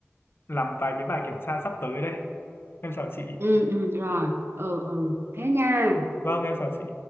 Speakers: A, on the left (about 50°); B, on the right (about 55°).
A: làm vài cái bài kiểm tra sắp tới đây em chào chị
B: ừ ừ rồi ừ ừ thế nha
A: vâng em chào chị